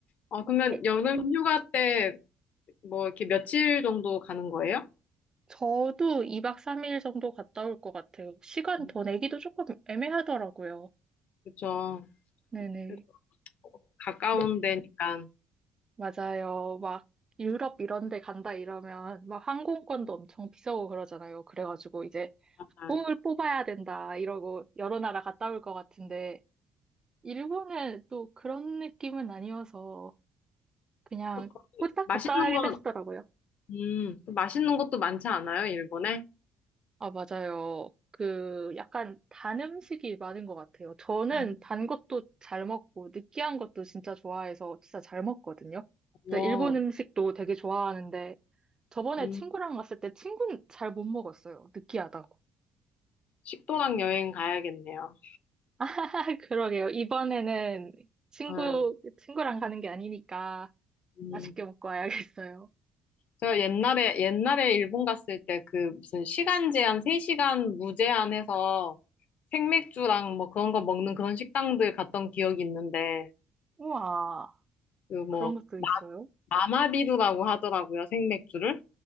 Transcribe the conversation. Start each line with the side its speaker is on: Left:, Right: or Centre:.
Left: 아, 그러면
Right: 에,
Left: 여름 휴가 때 뭐 이렇게 며칠 정도 가는 거예요?
Right: 저도 2박 3일 정도 갔다 올 것 같아요. 시간
Left: 음,
Right: 더 내기도 조금 애매하더라고요.
Left: 그죠.
Right: 네네.
Left: 그래도 가까운
Right: 네,
Left: 데니까.
Right: 맞아요. 막 유럽 이런 데 간다 이러면 막 항공권도 엄청 비싸고 그러잖아요. 그래가지고 이제
Left: 약간,
Right: 뽕을
Left: 어,
Right: 뽑아야 된다 이러고 여러 나라 갔다 올 것 같은데, 일본은 또 그런 느낌은 아니어서 그냥
Left: 거기
Right: 후딱
Left: 맛있는
Right: 갔다 와야겠다
Left: 거,
Right: 싶더라고요.
Left: 음, 또 맛있는 것도 많지 않아요, 일본에?
Right: 아, 맞아요. 그 약간 단 음식이 많은 것 같아요. 저는
Left: 음,
Right: 단 것도 잘 먹고 느끼한 것도 진짜 좋아해서 진짜 잘 먹거든요. 그래서
Left: 어,
Right: 일본 음식도 되게 좋아하는데 저번에
Left: 음,
Right: 친구랑 갔을 때 친구는 잘 못 먹었어요. 느끼하다고.
Left: 식도락 여행 가야겠네요.
Right: <laughs> 그러게요. 이번에는 친구,
Left: 음,
Right: 친구랑 가는 게 아니니까
Left: 음.
Right: 맛있게 먹고 와야겠어요.
Left: 제가 옛날에, 옛날에 일본 갔을 때 그 무슨 시간 제한, 3시간 무제한 해서 생맥주랑 뭐 그런 거 먹는 그런 식당들 갔던 기억이 있는데,
Right: 우와,
Left: 그 뭐,
Right: 그런 것도 있어요.
Left: 나마비루라고 하더라고요, 생맥주를.